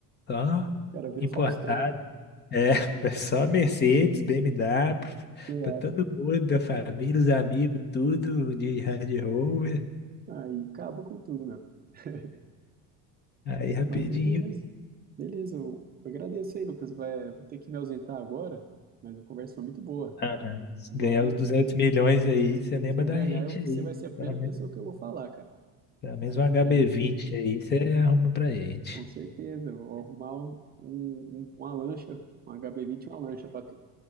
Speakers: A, on the left (about 25°); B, on the right (about 25°).
A: só
B: O cara vira
A: importado.
B: o Faustão, né?
A: É, <laughs> é só Mercedes, BMW,
B: Você
A: pra
B: acha?
A: todo mundo, da família, os amigos, tudo de Range Rover.
B: Aí acaba com tudo, meu. <laughs>
A: Aí rapidinho.
B: Mas beleza, beleza. Eu agradeço aí, Lucas. Vai, vou ter que me ausentar agora, mas a conversa foi muito boa.
A: Aham. Se
B: Logo,
A: ganhar os 200 milhões aí, você lembra
B: se eu
A: da
B: ganhar,
A: gente
B: eu- você
A: aí.
B: vai ser a primeira
A: Pelo menos,
B: pessoa que eu vou falar, cara.
A: pelo menos
B: É,
A: um HB20
B: pra gente,
A: aí, você arruma pra gente.
B: com certeza, eu vou arrumar um, um- um, uma lancha, um HB20, e uma lancha pra tu.